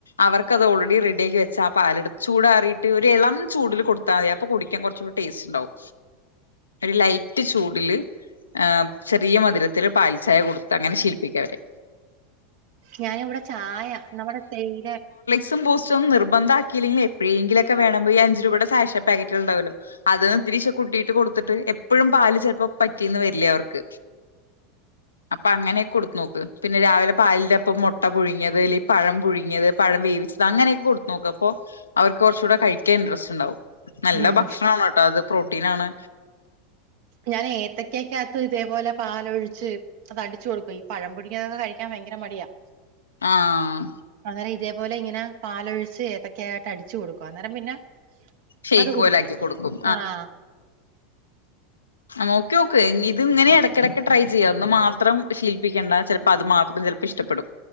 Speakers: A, on the left; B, on the right.
A: അവർക്കത് ഓൾറ ഡി റെഡിയാക്കി വെച്ചാ ആ പാലെടുത്ത് ചൂടാറിയിട്ട് ഒരു ഇളം ചൂടില് കൊടുത്താ മതി അപ്പൊ കുടിക്കാൻ കുറച്ച് കൂടി ടേസ്റ്റ് ഉണ്ടാവും ഒരു ലൈറ്റ് ചൂടില് ആം. ചെറിയ മധുരത്തിത്തില് പാൽചായ കൊടുത്ത് അങ്ങനെ ശീലിപ്പിക്കവരെ
B: ഞാനിവിടെ ചായ നമ്മുടെ തേയില
A: സും ബൂസ്റ്റും നിർബന്ധാ ക്കിയില്ലെങ്കില് എപ്പഴേങ്കിലൊക്കെ വേണം ഈ അഞ്ച് രൂപയുടെ സാഷ പാക്കറ്റുകളുണ്ടാവല്ലോ അത് ഇത്തരിഷേ കുട്ടീട്ട് കൊടുത്തിട്ട് എപ്പഴും പാല് ചെലപ്പോ പറ്റീന്ന് വരില്ല്യ അവർക്ക് അപ്പൊ അങ്ങനെക്കെ കൊടുത്തു നോക്ക് പിന്നെ രാവിലെ പാലിന്റപ്പം മുട്ട് ട്ട പുഴുങ്ങിയത് അല്ലെങ്കി പഴം പുഴുങ്ങിയത് പഴം വേവിച്ചത് അങ്ങനെയൊക്കെ കൊടുത്തു നോക്കുക പ്പൊ അവർക്ക് കുറച്ചുടെ കഴിക്കാൻ ഇൻട്രസ്റ്റ് ഉണ്ടാാവും നല്ല
B: ഉം
A: ഭക്ഷണാ ണട്ടൊ അത് പ്രോട്ടീനാണ്
B: ഞാൻ ഏത്തക്കയക്കകത്തു തേപോലെ പാലൊഴിച്ച് അത് അടിച്ചു കൊടുക്കു, ഈ പഴം പുഴുങ്ങിയതൊക്കെ കഴിക്കാൻ ഭയങ്കര മടിയാ.
A: ആആഹ്...
B: അന്നേരം ഇതെപോലെ ഇങ്ങനെ പാലൊഴിച്ച് ഏത്തൊക്കെയായിട്ട് അടിച്ചു കൊടുക്കും അന്നേരം പിന്നെ.
A: ഷെയ്ക്ക്
B: അത് കുടിക്കും.
A: പോലാക്കി കൊടുക്കും
B: ആഹ്.
A: നേക്കിയോക്ക് ഇഞ്ഇത് ഇങ്ങനെ എടക്കെടക്ക് ട്രൈ ചെയ്യഒന്ന് മാത്രം ശീൽപ്പിക്കേണ്ട. ചെലപ്പോ അത് മാത്രം ചെൽപ്പോ ഇഷ്ടപ്പെടും.